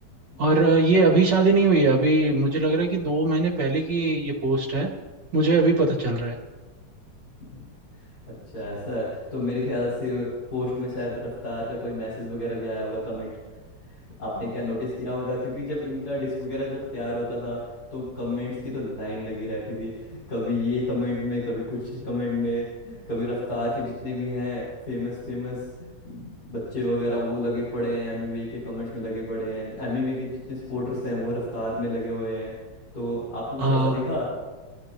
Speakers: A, on the left; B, on the right.
A: अच्छा
B: और अ, ये अभी शादी नहीं हुई है अभी मुझे लग रहा है कि दो महीने पहले की ये पोस्ट है मुझे अभी पता चल रहा है
A: <laughs> अच्छा ऐसा है तो मेरे ख्याल से पोस्ट में शायद रफ्तार का कोई मैसेज वगैरह भी आया होगा कमेंट आपने क्या नोटिस किया होगा क्योंकि जब इनका डिस्क वगैरह जब तैयार होता था तो कमेंट्स की तो लाइन लगी रहती थी कभी ये कमेंट में कभी कुछ कमेंट में कभी रफ्तार के जितने भी हैं फेमस फेमस बच्चे वगैरह वो लगे पड़े हैं एमीवे के कमेंट्स में लगे पड़े हैं एमीवे के जितने सपोर्टर्स हैं वो रफ्तार में लगे हुए हैं तो आपको कुछ
B: हाँ
A: ऐसा दिखा